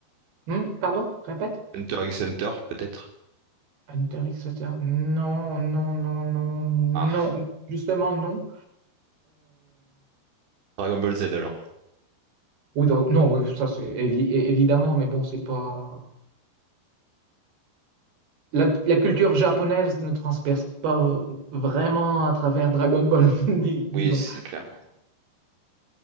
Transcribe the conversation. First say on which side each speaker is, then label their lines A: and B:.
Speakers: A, on the right; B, on the right.
A: Hmm, pardon, répète.
B: Hunter x Hunter, peut-être.
A: Hunter x Hunter. Non, non, non, non,
B: Ah,
A: non. Justement, non.
B: <laughs> Dragon Ball Z alors.
A: Oui, donc- non, oui, ça c'est évi- é- évidemment, mais bon, c'est pas. La, la culture japonaise ne transperce pas v- vraiment à travers Dragon Ball, <laughs> dis- disons.
B: Oui, c'est clair.